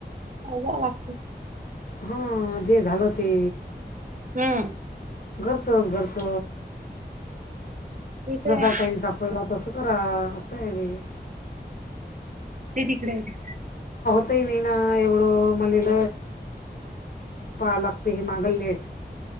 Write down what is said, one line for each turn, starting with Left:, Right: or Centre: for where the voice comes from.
Right: हा जा लागते.
Left: हां जे झालं ते.
Right: हम्म.
Left: घरचच घरच.
Right: तिथे
Left: जसा
Right: आहे,
Left: टाईम सापडला तस करा अस आहे ते.
Right: एकीकडे आहेे ते
Left: ताई नाही ना एवढं मलेल पाहाव लागतंय हे माग लेट